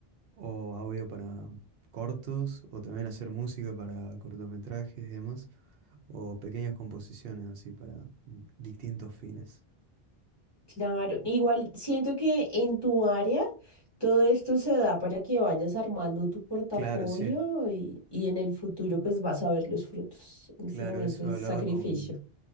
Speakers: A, on the right (about 70°); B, on the left (about 25°).
A: o audio para cortos, o también hacer música para cortometrajes y demás, o pequeñas composiciones así para distintos fines.
B: Claro. Igual siento que en tu área todo esto se da para que vayas armando tu portafolio
A: Claro, sí,
B: y, y en el futuro pues vas a ver los frutos. En
A: claro,
B: ese momento
A: eso
B: es
A: hablaba
B: sacrificio.
A: con,